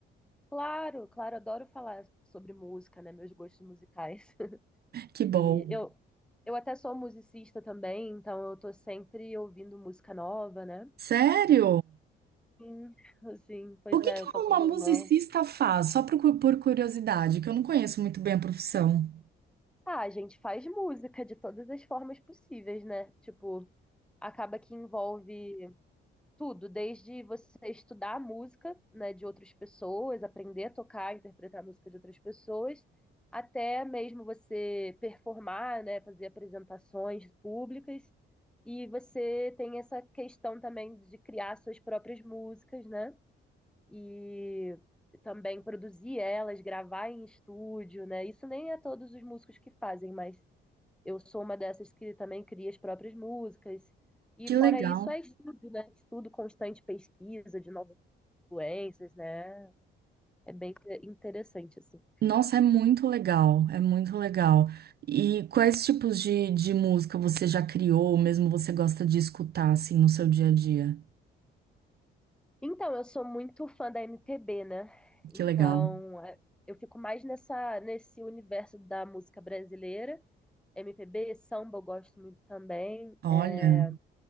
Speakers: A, in the centre; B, on the right.
A: Claro, claro, adoro falar sobre música, né? Meus gostos musicais. <laughs>
B: Que bom.
A: E eu, eu até sou musicista também, então eu tô sempre ouvindo música nova, né?
B: Sério?
A: Sim, assim, pois
B: O que
A: é,
B: que
A: eu toco
B: uma
A: violão.
B: musicista faz? Só por, cu- por curiosidade, que eu não conheço muito bem a profissão.
A: Ah, a gente faz música de todas as formas possíveis, né? Tipo, acaba que envolve. Tudo, desde você estudar a música, né, de outras pessoas, aprender a tocar, interpretar a música de outras pessoas, até mesmo você performar, né, fazer apresentações públicas. E você tem essa questão também de criar suas próprias músicas, né? E também produzir elas, gravar em estúdio, né? Isso nem é todos os músicos que fazem, mas eu sou uma dessas que também cria as próprias músicas. E
B: Que
A: fora
B: legal.
A: isso, é estudo, né? Estudo constante, pesquisa de novas influências, né? É bem interessante, assim.
B: Nossa, é muito legal, é muito legal. E quais tipos de, de música você já criou, ou mesmo você gosta de escutar, assim, no seu dia a dia?
A: Então, eu sou muito fã da MPB, né? Então,
B: Que legal.
A: é, eu fico mais nessa, nesse universo da música brasileira. MPB, samba eu gosto muito também.
B: Olha,
A: É,